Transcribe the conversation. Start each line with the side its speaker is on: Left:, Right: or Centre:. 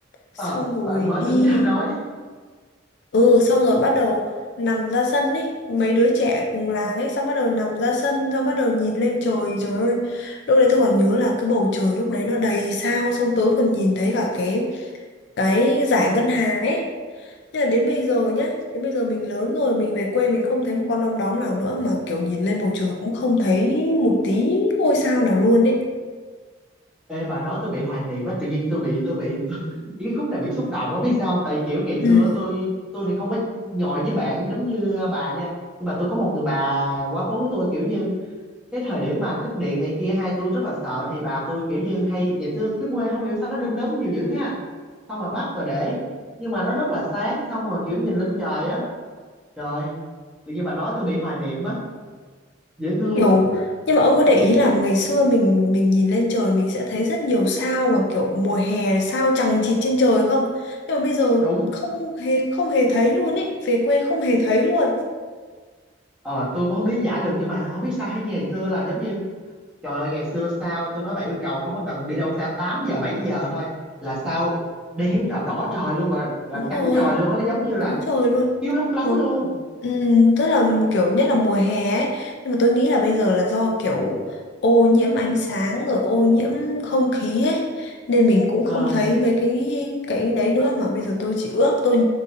Left: xong
Centre: ờ
Left: rồi
Centre: bà mới
Left: đi
Centre: tính ra nói
Left: ừ xong rồi bắt đầu nằm ra sân ấy mấy đứa trẻ cùng làng ấy xong bắt đầu nằm ra sân xong bắt đầu nhìn lên trời trời ơi lúc đấy tôi còn nhớ là cái bầu trời lúc đấy nó đầy sao xong tớ còn nhìn thấy cả cái cái dải ngân hà ấy nhưng mà đến bây giờ nhá đến bây giờ mình lớn rồi mình về quê mình không thấy một con đom đóm nào nữa mà kiểu nhìn lên bầu trời cũng không thấy một tí ngôi sao nào luôn ấy
Centre: Ê bà nói tôi bị hoài niệm á tự nhiên tôi bị tôi bị <laughs> tôi, cái khúc này bị xúc động á biết sao không? tại kiểu ngày
Left: ừ
Centre: xưa á, tôi tôi thì không có nhồi với bạn giống như à, bà nha nhưng mà tôi có một người bà quá cố của tôi kiểu như cái thời điểm mà cúp điện này kia hai tôi rất là sợ thì bà tôi kiểu như hay ngày xưa cái quê không hiểu sao nó đom đóm nhiều dữ ha xong rồi bắt rồi để nhưng mà nó rất là sáng xong rồi kiểu nhìn lên trời á trời tự nhiên bà nói tôi bị hoài niệm á dễ thương
Left: Kiểu, nhưng mà ông có để ý là ngày xưa mình mình nhìn lên trời mình sẽ thấy rất nhiều sao mà kiểu mùa hè sao chằng chịt trên trời không? Nhưng mà bây giờ
Centre: đúng
Left: không hề không hề thấy luôn ấy, về quê không hề thấy luôn.
Centre: ờ tôi cũng không lý giải được nhưng mà không biết sao hay ngày xưa là giống như Trời ơi ngày xưa sao tôi nói bà yêu cầu không có cần đi đâu xa 8 giờ 7 giờ thôi là sao đen trời đỏ trời luôn rồi là là
Left: Đúng
Centre: trắng
Left: rồi,
Centre: trời luôn á nó giống như là
Left: trắng trời luôn.
Centre: chiếu lấp lánh
Left: Mà
Centre: luôn
Left: Ừm, tức là kiểu nhất là mùa hè ấy nhưng mà tôi nghĩ là bây giờ là do kiểu ô nhiễm ánh sáng rồi ô nhiễm không khí ấy nên mình cũng
Centre: ờ
Left: không thấy mấy cái cái đấy nữa mà bây giờ tôi chỉ ước tôi